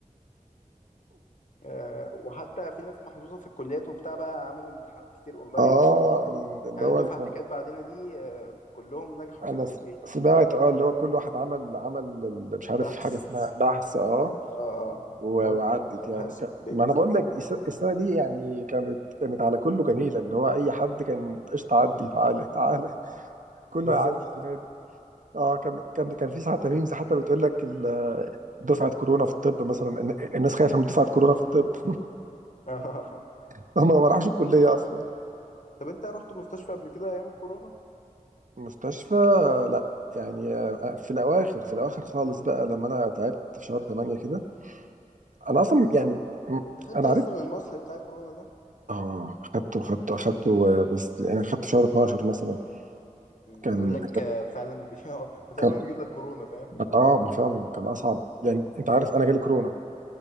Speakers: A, on the left (about 65°); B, on the right (about 65°).
A: آه، وحتى في ناس محظوظة في الكليات وبتاع بقى عملوا امتحانات كتير اونلاين
B: اه
A: يعني
B: اللي
A: يعني
B: هو
A: الدفعة
B: اللي
A: اللي
B: كان
A: كانت بعدنا دي آه، كلهم نجحوا
B: انا
A: كده في
B: س-
A: البيت
B: سمعت اه اللي هو كل واحد عمل عمل ال- مش عارف
A: بحث
B: حاجه اسمها بحث اه
A: اه اه
B: و-
A: المواد
B: وعدت
A: كلها كانت ابحاث
B: يعني ك-
A: من البيت
B: ما انا بقول لك الس- السنه دي يعني كانت كانت على كله جميله اللي هو اي حد كان قشطه عدي تعالى تعالى كله
A: بالظبط
B: هيعدي السنه دي اه كان كان كان في ساعات ميمز حتى بتقول لك ال- دفعه كورونا في الطب مثلا الن- الناس خايفه من دفعه كورونا في الطب
A: <laughs> اه
B: <laughs> هم ما راحوش الكليه اصلا
A: طب انت رحت مستشفى قبل كده ايام الكورونا
B: مستشفى لا يعني آه، في الاواخر في الاواخر خالص بقى لما انا تعبت في شهر 8 كده انا اصلا يعني م-
A: انت خدت
B: انا
A: اصلا
B: عرفت
A: المصل بتاع كورونا ده
B: اه خدته خدته خدته آه، بس يعني خدته شهر 12 مثلا
A: مم،
B: كان
A: بيقول لك آه، فعلا بي... <laughs> وتقريبا
B: كان
A: بيجيب لك كورونا فاهم
B: اه ما فعلا كان اصعب يعني انت عارف انا جالي كورونا